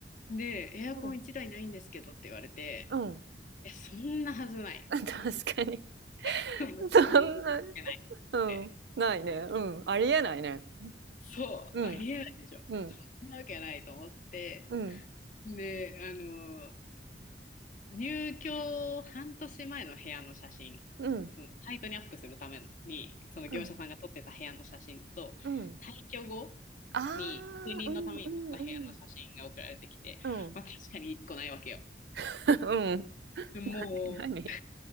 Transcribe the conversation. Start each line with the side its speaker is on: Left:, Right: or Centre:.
Left: う。で、エアコン1台ないんですけどって言われて、
Right: うんうん
Left: え、そんなはずない。
Right: 確かに
Left: <laughs> そんなわけないって。
Right: そんなうんないねうんありえないね
Left: そう、
Right: うん
Left: ありえないでしょ。
Right: うん
Left: そんなわけないと思って、
Right: うん
Left: で、あの、入居半年前の部屋の写真、
Right: うん、
Left: そのサイトにアップするためのに、その業者さんが撮ってた部屋の写真と、
Right: うん、うん。
Left: 退去後
Right: ああ、
Left: に確認のために撮った部屋の写真が送られてきて、
Right: うん、うん、うん。うん。
Left: まあ確かに一個ないわけよ。
Right: <laughs> うん。
Left: でももう、
Right: 何何なに